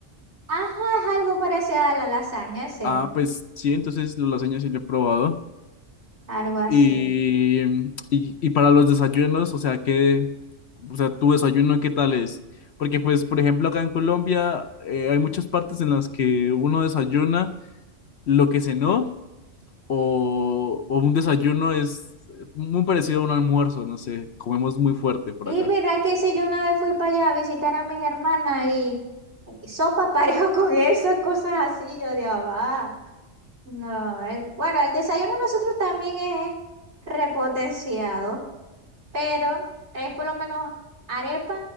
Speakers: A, on the right; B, on the left.
A: Ajá, es algo parecido a la lasaña, es él.
B: Ah, pues sí, entonces la lasaña sí la he probado.
A: Algo así.
B: Y, y, y para los desayunos, o sea, ¿qué, o sea, tu desayuno qué tal es? Porque, pues, por ejemplo, acá en Colombia eh, hay muchas partes en las que uno desayuna lo que cenó o, o un desayuno es muy parecido a un almuerzo, no sé, comemos muy fuerte por
A: Y
B: acá.
A: mira que si yo una vez fui para allá a visitar a mis hermanas y, y sopa <laughs> parejo con esas cosas así, yo de va. No, el- bueno, el desayuno de nosotros también es repotenciado, pero es por lo menos arepa,